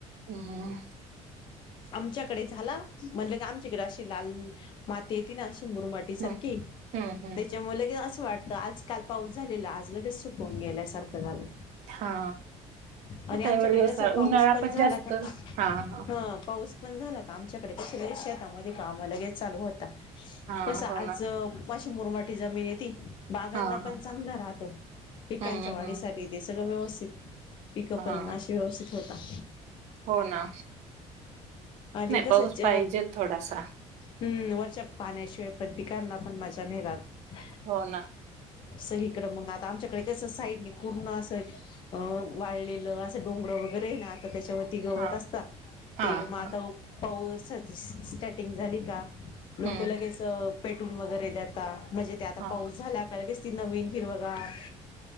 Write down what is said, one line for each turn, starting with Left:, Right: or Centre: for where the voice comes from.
Right: हम्म
Left: आमच्याकडे झाला म्हणलं की आमच्याकडे अशी लाल माती येती ना अ मुरमाटी सारखी
Right: हम्म हम्म हम्म
Left: त्याच्यामूळ लगेच असं वाटत आज काल पाऊस झालेला आज लगेच सुकवून गेल्यासारखं झालं.
Right: हा
Left: आणि
Right: त्यावेळी
Left: आमच्याकडे
Right: असा
Left: कसा पाऊस
Right: उन्हाळा
Left: पण झाला
Right: जास्त
Left: का
Right: हा हा
Left: ह पाऊस पण झाला का आमच्याकडे कशे लगेच शेतामध्ये काम लगेच चालू होता. कस
Right: हा
Left: आज
Right: हो ना
Left: <unintelligible> मुरमाटी जमीन आहे ती. बागांना
Right: हा
Left: पण
Right: हा
Left: चांगलं राहतं पिकांच्या
Right: हम्म
Left: वाढीसाठी
Right: हम्म
Left: ते सगळं व्यवस्थित पिक
Right: हा
Left: पण अशी व्यवस्थित होतात.
Right: हो ना.
Left: आणि
Right: नाही
Left: कासच
Right: पाऊस पाहिजेल थोडासा
Left: हम् पाहण्याशिवाय परतीकारना पण माज्जा नाही राहत
Right: हो ना
Left: अस इकडें मग आता आमच्याकडे कसं साईड ने पुर्ण असं अ वाळलेलं असं डोंगर वगैरे ये ना आता त्याच्यावरती गवत
Right: हा
Left: असता
Right: हा
Left: ते मग आता
Right: हा
Left: पाऊस स्टार्टिंग झाली का लोक
Right: हम्म
Left: लगेच पेट्रोल वगैरे देता म्हणजे ते आता
Right: हा
Left: पाऊस झाला का लगेच नवीन हिरव गार